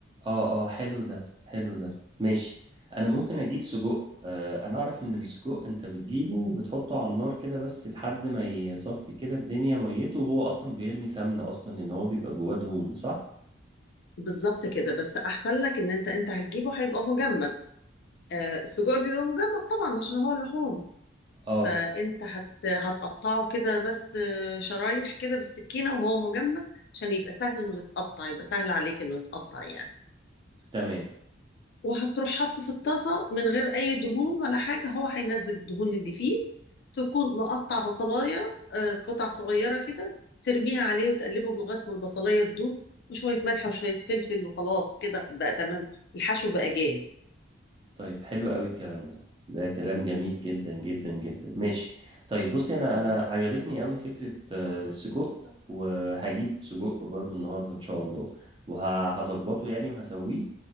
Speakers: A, on the right; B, on the left.
A: اه اه حلو ده حلو ده ماشي انا ممكن اجيب سجق آه انا اعرف ان السجق انت بتجيبه وبتحطه على النار كده بس لحد ما يصفي كده الدنيا ميته وهو اصلا بيرمي سمنة اصلا لان هو بيبقى جواه دهون صح
B: بالظبط كده بس احسن لك ان انت انت هتجيبه هيبقى مجمد آه السجق بيبقى مجمد طبعا عشان هو لحوم
A: اه
B: فانت هت... هتقطعه كده بس آه، شرايح كده بالسكينه وهو مجمد عشان يبقى سهل انه يتقطع يبقى سهل عليك انه يتقطع يعني
A: تمام
B: وهتروح حاطه في الطاسة من غير أي دهون ولا حاجة هو هينزل الدهون اللي فيه تكون مقطع بصلاية آه، قطع صغيرة كده ترميها عليه وتقلبه لغاية ما البصلاية تدوب وشوية ملح وشوية فلفل وخلاص كده بقى تمام الحشو بقى جاهز
A: طيب حلو قوي الكلام ده ده كلام جميل جدا جدا جدا ماشي طيب بصي انا
B: مم.
A: انا عجبتني قوي فكرة آه، السجق وهجيب سجق برضو النهاردة ان شاء الله وهظبطه يعني وهسويه